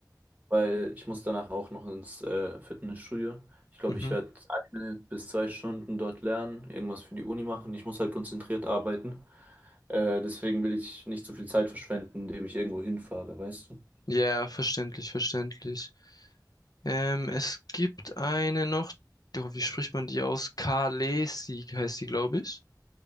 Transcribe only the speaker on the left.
mhm.
Ja, verständlich, verständlich. Ähm, es gibt eine noch, doch, wie spricht man die aus? Kalesi heißt die, glaube ich.